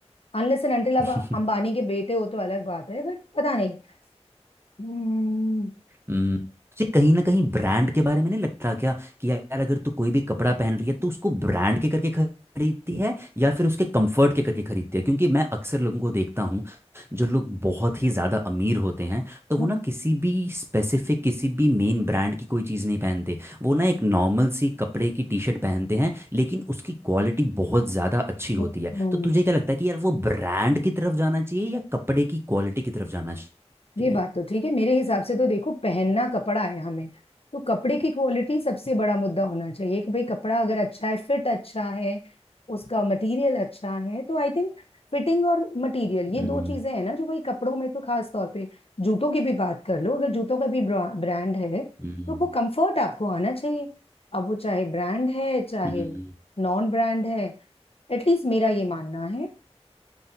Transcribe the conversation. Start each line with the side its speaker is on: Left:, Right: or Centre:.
Left: अनलेस एंड अनटिल आप
Right: है
Left: अंबानी
Right: <laughs>
Left: के बेटे हो तो अलग बात है बट पता नहीं हम्म,
Right: हम्म, तुझे कहीं ना कहीं ब्रांड के बारे में नहीं लगता क्या कि यार अगर तू कोई भी कपड़ा पहन रही है तो उसको ब्रांड के करके खरीदती है या फिर उसके कंफर्ट के करके खरीदती है क्योंकि मैं अक्सर लोगों को देखता हूँ जो लोग बहुत ही ज़्यादा अमीर होते हैं तो वो
Left: हम्म,
Right: ना किसी भी स्पेसिफिक किसी भी मेन ब्रांड की कोई चीज़ नहीं पहनते वो ना एक नॉर्मल सी कपड़े की टी शर्ट पहनते हैं लेकिन उसकी क्वालिटी बहुत ज़्यादा अच्छी
Left: हम्म,
Right: होती है तो तुझे क्या लगता है कि यार वो ब्रांड की तरफ जाना चाहिए या कपड़े की क्वालिटी की तरफ जाना चाहिए
Left: ये बात तो ठीक है मेरे हिसाब से तो देखो पहनना कपड़ा है हमें तो कपड़े की क्वालिटी सबसे बड़ा मुद्दा होना चाहिए कि भाई कपड़ा अगर अच्छा है फिट अच्छा है उसका मटेरियल अच्छा है तो आई थिंक फिटिंग और मटेरियल ये
Right: हम्म
Left: दो चीजें हैं ना जो भाई कपड़ों में तो खास तौर पे जूतों की भी बात कर लो अगर जूतों का भी ब्रांड है तो
Right: हम्म
Left: वो कंफर्ट आपको आना चाहिए अब वो चाहे ब्रांड है चाहे
Right: हम्म, हम्म,
Left: नॉन ब्रांड है एटलीस्ट मेरा ये मानना है